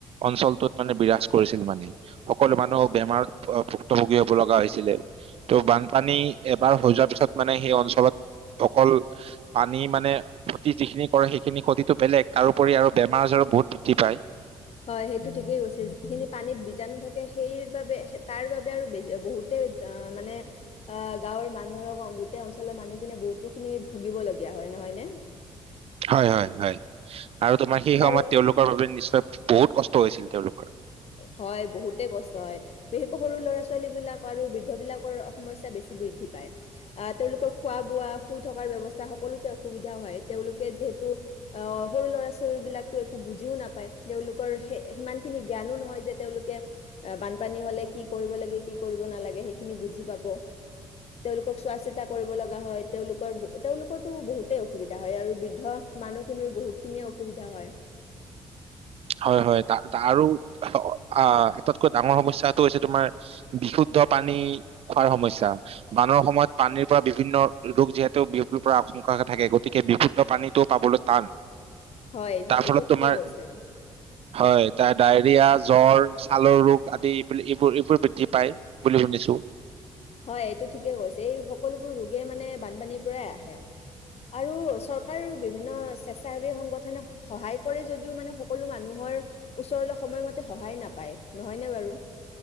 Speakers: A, on the right (about 45°); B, on the left (about 45°).
A: অঞ্চলটোত মানে বিৰাজ কৰিছিল মানে সকলো মানুহ বেমাৰ ভুক্তভোগী হ'ব লগা হৈছিলে, ত' বানপানী এবাৰ হৈ যোৱাৰ পিছত মানে সেই অঞ্চলত অকল পানী মানে ক্ষতি যিখিনি কৰে সেইখিনি ক্ষতিটো বেলেগ তাৰপৰি আৰু বেমাৰ আজাৰো বহুত বৃদ্ধি পায়।
B: হয় সেইটো ঠিকেই কৈছে যিখিনি পানীত বীজাণু থাকে সেই বাবে তাৰ বাবে আৰু বেছি বহুতে মানে গাঁৱৰ মানুহৰ গোটেই অঞ্চলৰ মানুহখিনি বহুতো খিনি ভুগিবলগীয়া হয় নহয় নে
A: হয় হয় হয়, আৰু তোমাৰ সেই
B: বাৰু
A: সময়ত তেওঁলোকৰ বাবে নিশ্চয় বহুত কষ্ট হৈছিল তেওঁলোকৰ।
B: হয় বহুতে কষ্ট হয়, বিশেষকৈ সৰু ল'ৰা ছোৱালী বিলাক আৰু বৃদ্ধ বিলাকৰ সমস্যা বেছি বৃদ্ধি পায়, আহ তেওঁলোকৰ খোৱা বোৱা, শুই থকাৰ ব্যৱস্থা সকলোতে অসুবিধা হয় তেওঁলোকে যিহেতু আহ সৰু ল'ৰা ছোৱালী বিলাকো একো বুজিও নাপায় তেওঁলোকৰ স সিমান খিনি জ্ঞানো নহয় যে তেওঁলোকে বানপানী হলে কি কৰিব লাগে, কি কৰিব নালাগে সেইখিনি বুজি পাব, তেওঁলোকক চোৱা চিতা কৰিব লগা হয়, তেওঁলোকৰ তেওঁলোকৰো বহুতেই অসুবিধা হয় আৰু বৃদ্ধ মানুহখিনিৰ বহুখিনিয়ে অসুবিধা হয়।
A: হয় হয় ত আৰু আটতকৈ ডাঙৰ সমস্যা হৈছে তোমাৰ বিশুদ্ধ পানী খোৱাৰ সমস্যা, বানৰ সময়ত পানীৰ পৰা বিভিন্ন ৰোগ যিহেতু পৰা আশংকা থাকে গতিকে বিশুদ্ধ পানীতটো পাবলৈ টান।
B: হয়
A: তাৰ
B: এইটো
A: ফলত
B: ঠিকেই
A: তোমাৰ
B: কৈছে।
A: হয় এ ডায়েৰিয়া জ্বৰ ছালৰ ৰোগ আদি এই এইবোৰ এইবোৰ বৃদ্ধি পায় বুলি শুনিছো
B: হয় এইটো ঠিকেইকৈছে এই সকলোবোৰ ৰোগে মানে বানপানীৰ পৰাই আহে আৰু চৰকাৰৰ বিভিন্ন স্বেচ্ছাসেৱী সংগঠনে সহায় কৰে যদিও মানে সকলো মানুহৰ ওচৰলৈ সময়মতে সহায় নাপায় নহয়নে বাৰু